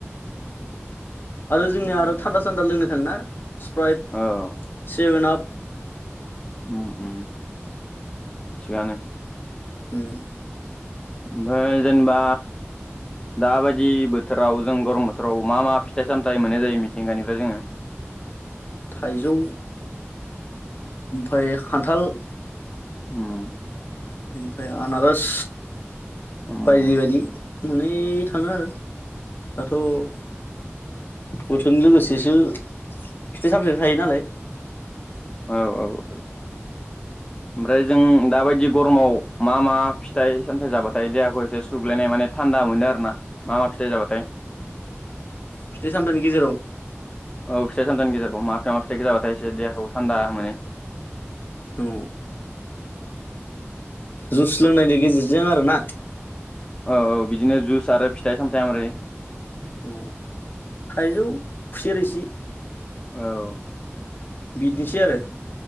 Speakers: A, on the left; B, on the left.
A: आरो जोंनिया आरो थान्दा सान्दा लोंनो थाङोना स्प्राइट
B: औ
A: सेभेनआप
B: उम उम थिगानो।
A: हम
B: ओमफाय जेनेबा दाबायदि बोथोराव जों गरम बोथोराव मा मा फिथाइ सामथायाइ मोननाय जायो मिथिंगानिफ्राय जोङो?
A: थाइजौ ओमफाय खान्थाल
B: उम
A: ओमफाय आनारोस
B: उम
A: बायदि बायदि मोनै थाङो आरो दाथ' बोथोनि लोगोसेसो फिथाइ सामथाइ थायो नालाय
B: औ औ औ ओमफ्राय जों दाबायदि गरमाव मा मा फिथाइ सामथायाइ जाबाथाय देहाखौ एसे सुग्लायनाय माने थान्दा मोनो आरोना मा मा फिथाइ जाबाथाय?
A: फिथाइ सामथाइनि गेजेराव
B: औ फिथाइ सामथामनि गेजेराव मा बिफा मा फिथाइ जाबाथाय एसे देहाखौ थान्दा मोनो?
A: औ जुस लोंनायनि गेजेरजों आरो ना
B: औ औ बिदिनो जुस आरो फिथाइ सामथायाइ मारै
A: अ थाइजौ खुसे रोसि
B: औ
A: बिदिसै आरो।